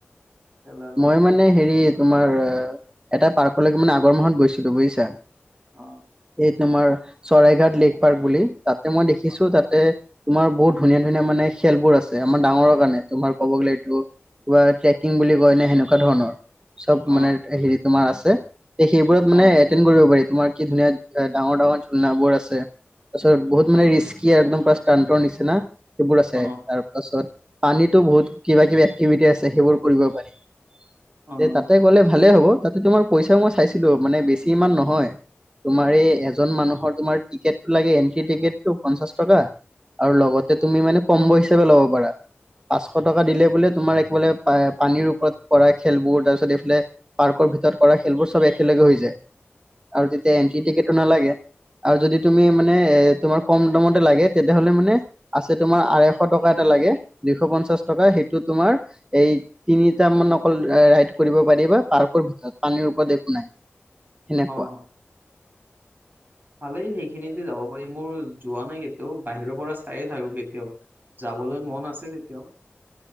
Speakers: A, on the right (about 50°); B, on the right (about 20°).
A: খেলাৰ সেইটোৱে
B: মই মানে হেৰি তোমাৰ এটা পাৰ্কলৈকে মানে আগৰ মাহত গৈছিলো বুজিছা
A: অ
B: এই তোমাৰ চৰাই ঘাট লেক পাৰ্ক বুলি তাতে মই দেখিছো
A: অ
B: তাতে তোমাৰ বহুত ধুনীয়া ধুনীয়া মানে খেলবোৰ আছে আমাৰ ডাঙৰ কাৰণে তোমাৰ ক'ব গ'লে এইটো কিবা ট্ৰেকিং বুলি সেনেকুৱা ধৰণৰ চপ
A: অ
B: মানে হেৰি তোমাৰ আছে। সেইবোৰত মানে
A: অ
B: এতেন কৰিব পাৰি। তোমাৰ কি ধুনীয়া ডাঙৰ ডাঙৰ ঝুলনা বোৰ আছে তাৰপিছত বহুত মানে
A: অ
B: ৰিস্কি একদম সান্তৰ নিচিনা সেইবোৰ আছে
A: অ
B: তাৰ পাছত পানীতো বহুত কিবা কিবি এক্টিভিটি আছে সেইবোৰ কৰিব পাৰি
A: অ অ
B: তে তাতে গ'লে ভালে হ'ব তাতে তোমাৰ পইচাও মই চাইছিলো মানে বেছি ইমান নহয়। তোমাৰ এই এজন মানুহৰ তোমাৰ টিকেটটো লাগে এন্ট্ৰি টিকেটটো পঞ্চাশ টকা আৰু লগতে তুমি মানে কম পইচাতো ল'ব পাৰা। পাচশ টকা দিলে বুলে এক বোলে পানী <unintelligible> কৰা খেলবোৰ তাৰপিছত এইফালে পাৰ্কৰ ভিতৰত কৰা খেলবোৰ চব একেলগে হৈ যায়। আৰু তেতিয়া এন্ট্ৰি টিকেটটো নালাগে আৰু যদি তুমি মানে এ তোমাৰ কম দামতে লাগে তেতিয়া হ'লে মানে আছে তোমাৰ আঢৈশ টকা এটা লাগে দুইশ পঞ্চাশ টকা তোমাৰ এই তিনি টা অকল ৰাইড কৰিব পাৰি বা পাৰ্কৰ ভিতৰত পানীৰ ওপৰত একো নাই। এনেকুৱা
A: অ অ ভালেই সেইখিনিতে যাব পাৰি মোৰ যোৱা নাই কেতিয়াও বাহিৰৰ পৰা চাইে থাকো কেতিয়াও যাবলৈ মন আছে তেতিয়াও